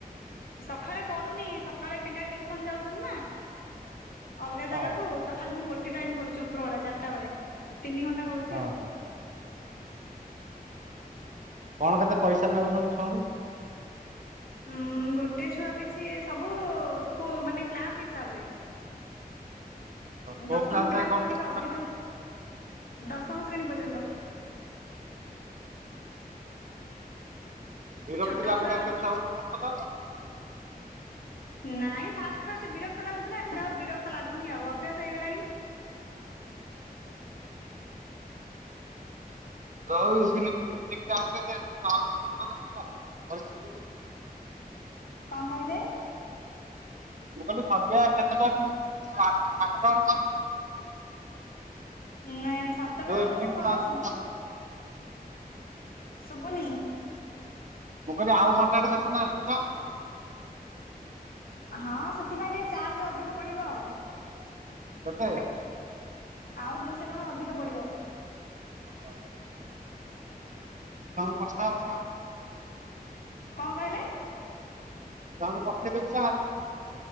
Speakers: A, on the left; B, on the right.
A: ସକାଳେ କରୁନି ସକାଳେ ପିଲା ଟ୍ୟୁସନ୍ ଯାଉଛନ୍ତି ନା। ଅଲଗା ଜାଗାକୁ
B: ହଁ
A: ତ ଖାଲି ମୁଁ ଗୋଟେ ଟାଇମ୍ କରୁଛି ଉପରବେଳା ଚାରିଟା ବେଳେ ତିନି ଘଣ୍ଟା କରୁଛି
B: ହଁ
A: ଆଉ।
B: ହଁ କଣ କେତେ ପଇସା ନେଉଛନ୍ତି ଛୁଆଙ୍କୁ?
A: ଉଁ ଗୋଟେ ଛୁଆ ପିଛେ ସବୁ ସ୍କୁ ମାନେ କ୍ଲାସ ହିସାବ ରେ।
B: କୋଉ
A: ଦଶମ
B: କ୍ଲାସ
A: ପିଲାଙ୍କର
B: ଯାଏଁ କରୁଛନ୍ତି
A: ଟିକେ ଅଧିକ ନେ ଦଶମ ଶ୍ରେଣୀ ପର୍ଯ୍ୟନ୍ତ।
B: ବିରକ୍ତି
A: ଛୋଟ
B: ଲାଗୁନି
A: ଛୁଆ
B: ଏତେ ଛୁଆଙ୍କୁ ଟ୍ୟୁସନ୍ କଲାବେଳକୁ?
A: ନାଇଁ ଫାଷ୍ଟ୍ ଫାଷ୍ଟ୍ ବିରକ୍ତ ଲାଗୁଥିଲା। ଏବେ ଆଉ ବିରକ୍ତ ଲାଗୁନି ଆଉ ଅଭ୍ୟାସ ହେଇଗଲାଣି।
B: <unintelligible>
A: କଁ କହିଲେ?
B: କ କହିଲି ସନ୍ଧ୍ୟା କେତେ ଟା ରେ ଫ୍ରି ହେଉଛି? ରାତି ସାତଟା ବେଳକୁ <unintelligible>
A: ନାଁ ସାତଟା
B: ଯୋଉ
A: ବେଳକୁ
B: ଇଭିନିଂ
A: କଲେ
B: ମୁଁ
A: ସୁବ ଶଭୁନି।
B: ମୁଁ କହିଲି ଆଉ ଘଣ୍ଟା ଟେ ଦେଖୁନ ଏକ୍ସଟ୍ରା।
A: ହଁ ସେଥିପାଇଁ ଟିକେ ଚାର୍ଜ ଅଧିକ ପଡିବ ଆଉ।
B: ସତେ।
A: ଆଉ ଦୁଇଶହ ଟଙ୍କା ଅଧିକ ପଡିବ।
B: ହ ଉଁ। ଛୁଆଙ୍କୁ ପଠାହବ ସାର୍।
A: କଁ କହିଲେ?
B: ଛୁଆଙ୍କୁ ପଠେଇ ଦେବି ସାର୍।